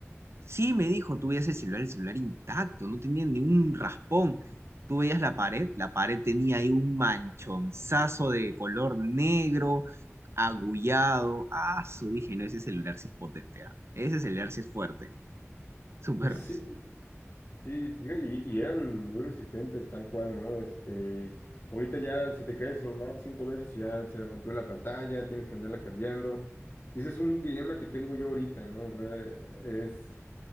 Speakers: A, on the right (about 60°); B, on the left (about 45°).
A: Sí, me dijo, tú veías el celular, el celular intacto, no tenía ni un raspón. Tú veías la pared, la pared tenía ahí un manchonzazo de color negro, agullado. Ah, su dije, no, ese celular sí es potente, ah. Ese celular sí es fuerte. Súper,
B: <laughs> Sí, Sí, fíjate, y, y eran muy resistentes, tal cual, ¿no? Este, ahorita ya se te cae el celular cinco veces y ya se rompió la pantalla, tienes que andarla cambiando. Y ese es un dilema que tengo yo ahorita, ¿no? Re- Es